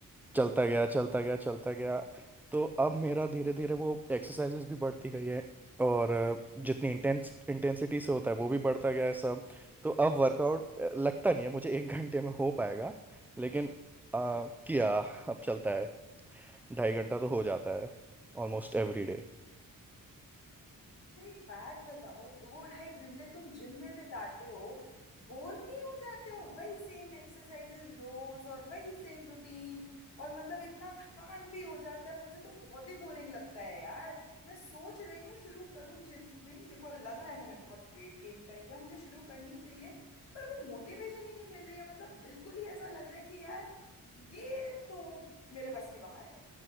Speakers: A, in the centre; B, on the left (about 50°).
A: चलता गया चलता गया चलता गया तो अब मेरा धीरे धीरे वो एक्सरसाइजेस भी बढ़ती गई है और अ, जितनी इंटेंस इंटेंसिटी से होता है वो भी बढ़ता गया है सब तो अब वर्कआउट लगता नहीं है मुझे एक घंटे में हो पाएगा लेकिन आ, किया अब चलता है ढाई घंटा तो हो जाता है ऑलमोस्ट एवरी डे
B: अरे एक बात बताओ दो ढाई घंटे तुम जिम में बिताते हो बोर नहीं हो जाते हो वही सेम एक्सरसाइजेज रोज और वही सेम रूटीन और मतलब इतना थकान भी हो जाता है मुझे तो बहुत ही बोरिंग लगता है यार मैं सोच रही हूँ शुरू करूँ जिमिंग मेरे को लग रहा है मैंने बहुत वेट गेन कर लिया मुझे शुरू करनी चाहिए पर वो मोटिवेशन ही नहीं मिल रही है मतलब बिल्कुल ही ऐसा लग रहा है कि यार ये तो मेरे बस के बाहर है